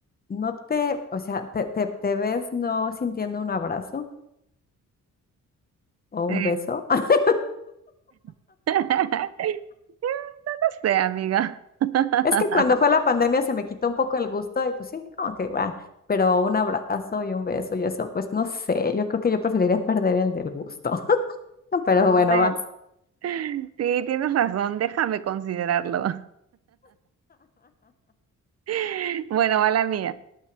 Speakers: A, on the left (about 30°); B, on the right (about 50°).
A: no te, o sea, te, te, te ves no sintiendo un abrazo o
B: <laughs>
A: un
B: eh,
A: beso. <laughs>
B: <laughs> No sé, amiga. <laughs>
A: Es que cuando fue la pandemia se me quitó un poco el gusto y pues sí, como que va, pero un abrazo y un beso y eso, pues no sé, yo creo que yo preferiría perder el del gusto. <laughs> No, Pero bueno,
B: Bueno,
A: vas,
B: sí, tienes razón, déjame considerarlo. <laughs> Bueno, va la mía.